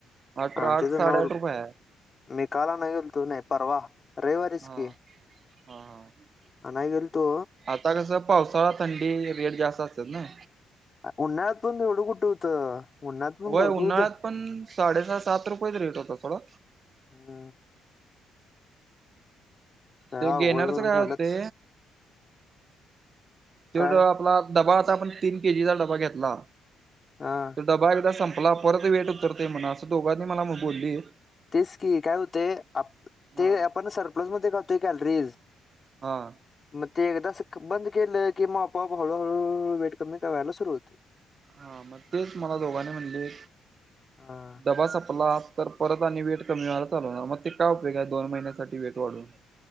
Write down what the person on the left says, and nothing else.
आमच्या
इथे
नऊ
मी काल आनाय गेलतो नाय परवा रविवारीच
की
आनाय गेलतो
उन्हाळ्यात पण एवढं कुठे होतं. उन्हाळ्यात पण
भरपूर
होतं
हम्म. सगळं
अवघड
करून
ठेवल्यात
काय
हा.
तेच की काय होते आप
ते आपण सरप्लस मध्ये खातोय कॅलरीज
मग ते एकदा अस बंद केलं की मग आपोआप हळूहळू वेट कमी करायला सुरु होते.
हा.